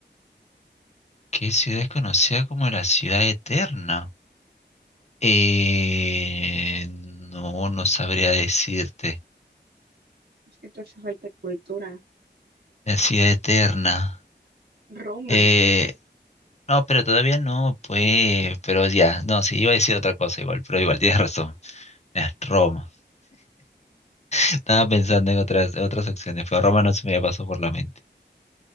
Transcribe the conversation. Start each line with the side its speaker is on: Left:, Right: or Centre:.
Left: ¿qué ciudad es conocida como la ciudad eterna? Eh, no, no sabría decirte.
Right: Es que te hace falta cultura.
Left: La ciudad eterna.
Right: Roma.
Left: Eh, no, pero todavía no, pues, pero ya, no, sí, iba a decir otra cosa igual, pero igual, tienes razón. Es Roma. Estaba pensando en otras, otras opciones, pero Roma no se me pasó por la mente.